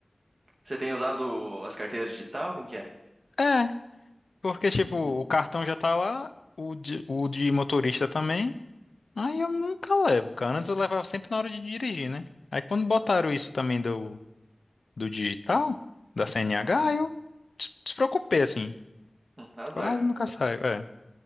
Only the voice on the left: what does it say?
É, porque, tipo,
o cartão já tá lá, o de, o de motorista também. Aí eu nunca levo, cara. Antes eu levava sempre na hora de dirigir, né? Aí quando botaram isso também do, do digital, da CNH,
aí eu des- despreocupei, assim.
Quase nunca saio, é,